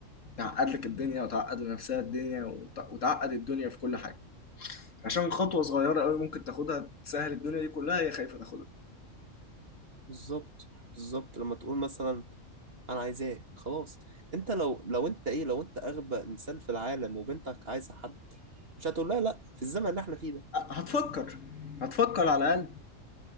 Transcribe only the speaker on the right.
بالظبط بالظبط لما تقول مثلا انا عايزاه خلاص انت لو لو انت ايه لو انت اغبى انسان في العالم وبنتك عايزه حد مش هتقول لها لا في الزمن اللي احنا فيه ده